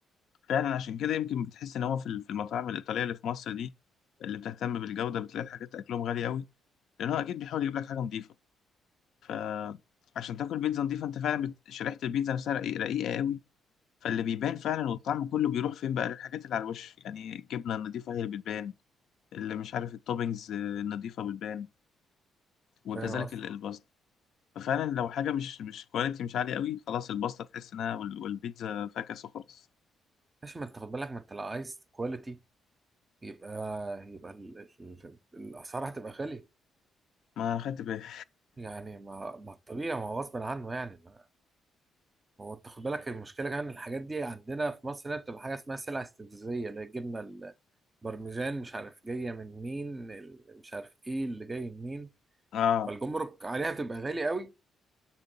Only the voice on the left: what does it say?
فعلا عشان كده يمكن بتحس ان هو في ال- في المطاعم الايطاليه اللي في مصر دي اللي بتهتم بالجوده بتلاقي الحاجات اكلهم غالي قوي لان هو اكيد بيحاول يجيب لك حاجه نظيفه ف عشان تاكل بيتزا نظيفه انت فعلا بت... شريحه البيتزا نفسها رقيق- رقيقه قوي فاللي بيبان فعلا والطعم كله بيروح فين بقى للحاجات اللي على الوش يعني الجبنه النظيفه هي اللي بتبان اللي مش عارف التوبينجز آه، النظيفه بتبان وكذلك
ال- الباستا ففعلا لو حاجه مش مش كواليتي مش عاليه قوي خلاص الباستا تحس انها وال- والبيتزا فاكس وخلاص
ما انا خدت بالي
اه